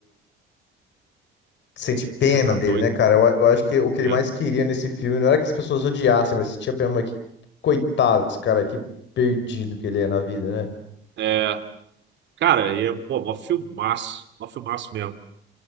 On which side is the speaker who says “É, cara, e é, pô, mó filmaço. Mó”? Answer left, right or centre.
Right